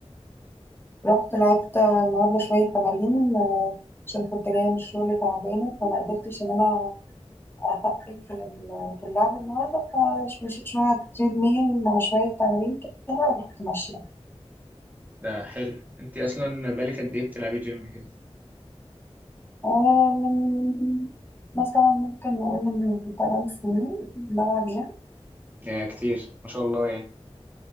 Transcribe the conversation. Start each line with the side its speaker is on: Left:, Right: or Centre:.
Left: رحت لعبت النهارده شويه تمارين آه، عشان كنت جايه من الشغل تعبانه فما قدرتش ان انا اتقل في ال- في اللعب النهارده فمشيت شويه على التريد ميل مع شويه تمارين كده ورحت ماشيه
Right: ده حلو انتي أصلا بقالك قد ايه بتلعبي جيم كده؟
Left: آه، من مثلا ممكن نقول من 8 سنين بلعب جيم
Right: يا كتير ما شاء الله يعني